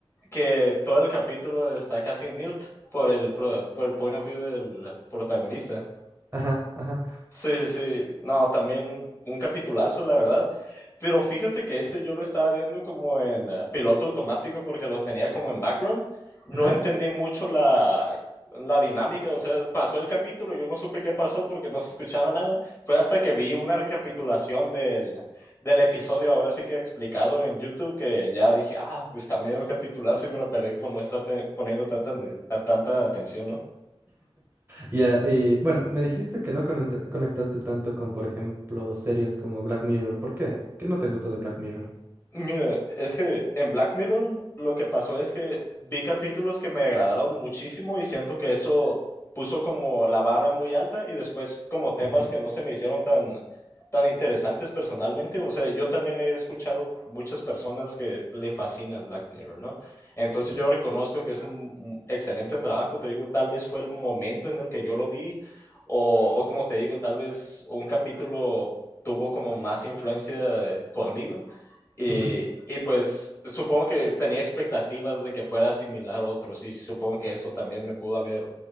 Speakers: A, on the left; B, on the right.
A: que todo el capítulo está casi en mute por el, pro- por el point of view del protagonista.
B: Ajá, ajá,
A: Sí, sí, sí. No, también un, un capitulazo, la verdad. Pero fíjate que ese yo lo estaba viendo como en eh, piloto automático porque lo tenía como en background. No
B: ajá.
A: entendí mucho la, la dinámica, o sea, pasó el capítulo, yo no supe qué pasó porque no se escuchaba nada. Fue hasta que vi una recapitulación del, del episodio, ahora sí que explicado en YouTube, que ya dije, ah, pues también un capitulazo y me lo perdí por no estar te- poniendo tanta, ande- a tanta atención. ¿no?
B: Ya, eh, bueno, me dijiste que no conecta- conectaste tanto con, por ejemplo, series como Black Mirror. ¿Por qué? ¿Qué no te gustó de Black Mirror?
A: Mira, es que en Black Mirror lo que pasó es que vi capítulos que me agradaron muchísimo y siento que eso puso como la barra muy alta y después como temas
B: Ujú,
A: que no se me hicieron tan, tan interesantes personalmente. O sea, yo también he escuchado muchas personas que le fascina Black Mirror, ¿no? Entonces
B: Sí,
A: yo reconozco que es un un excelente trabajo, te digo, tal vez fue el momento en el que yo lo vi o, o como te digo, tal vez un capítulo tuvo como más influencia conmigo. Y,
B: ujú.
A: y pues supongo que tenía expectativas de que fuera similar a otros y supongo que eso también me pudo haber